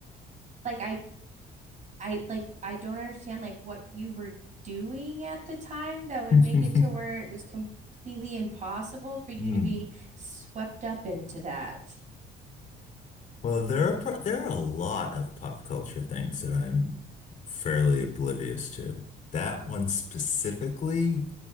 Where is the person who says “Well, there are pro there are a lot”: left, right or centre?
Left